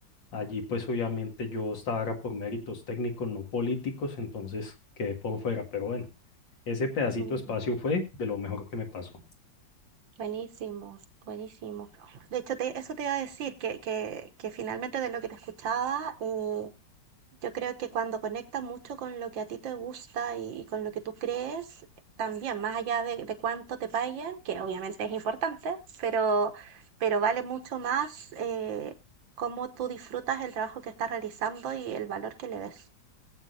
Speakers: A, on the left; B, on the right.
A: Allí, pues obviamente yo estaba era por méritos técnicos, no políticos, entonces quedé por fuera, pero bueno, ese pedacito
B: Mm.
A: de espacio fue de lo mejor que me pasó.
B: Buenísimo, buenísimo. De hecho, te- eso te iba a decir, que, que, que finalmente de lo que te escuchaba, eh, yo creo que cuando conectas mucho con lo que a ti te gusta y, y con lo que tú crees, también, más allá de, de cuánto te paguen, que obviamente es importante, pero, pero vale mucho más eh, cómo tú disfrutas el trabajo que estás realizando y el valor que le ves.